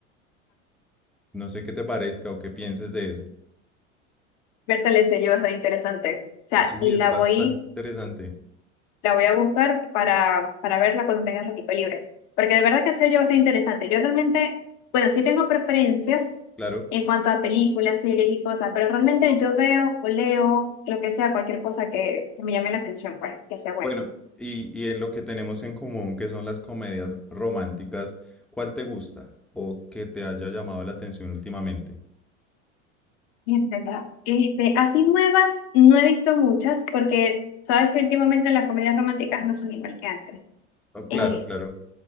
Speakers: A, in the centre; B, on the left.
A: No sé qué te parezca o qué pienses de eso.
B: Berta le se bastante interesante. O sea,
A: Sí,
B: la
A: es bastante
B: voy.
A: Interesante,
B: La voy a buscar para, para verla cuando tenga el equipo libre. Porque de verdad que se yo bastante interesante. Yo realmente, bueno, sí tengo preferencias
A: claro.
B: en cuanto a películas, series y cosas, pero realmente yo veo o leo lo que sea, cualquier cosa que, que me llame la atención, pues, que sea buena.
A: Bueno, y, y en lo que tenemos en común, que son las comedias románticas, ¿cuál te gusta o que te haya llamado la atención últimamente?
B: Es verdad. Este, así nuevas, no he visto muchas, porque sabes que últimamente las comedias románticas no son igual que antes.
A: Oh, claro,
B: Eh,
A: claro,